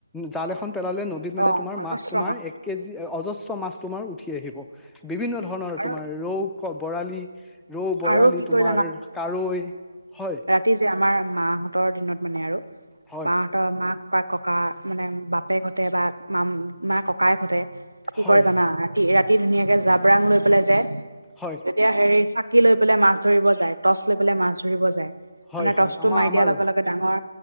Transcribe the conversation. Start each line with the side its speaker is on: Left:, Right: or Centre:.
Centre: জাল এখন পেলালে নদীত মানে
Right: অ',
Centre: তোমাৰ
Right: অজস্ৰ
Centre: মাছ তোমাৰ এক কেজি। অজস্ৰ মাছ তোমাৰ উঠি আহিব বিভিন্ন ধৰণৰ
Right: আৰু
Centre: তোমাৰ ৰৌ বৰালি। ৰৌ বৰালি
Right: আৰু কি
Centre: তোমাৰ
Right: কৰে
Centre: কাৱৈ হয়।
Right: ই যে আমাৰ মাহঁতৰ দিনত মানে আৰু
Centre: হয়
Right: মাহ। ত মা কক ককা মানে বাপেক হটে বা মা মা ককাই হটে। কি
Centre: হয়
Right: কৰে জানা ৰাতি ৰাতি ধুনীয়াকে জাবৰাং লৈ পেলাই যায়।
Centre: হয়।
Right: এতিয়া হেৰি চাকি লৈ পেলাই মাছ ধৰিব যায় টৰ্চ লৈ পেলাই মাছ ধৰিব যায়।
Centre: হয়
Right: মানে
Centre: হয়
Right: টচ টো
Centre: আমাৰ
Right: মাৰ
Centre: আমাৰো
Right: দিয়াৰ লগে লগে। ডাঙৰ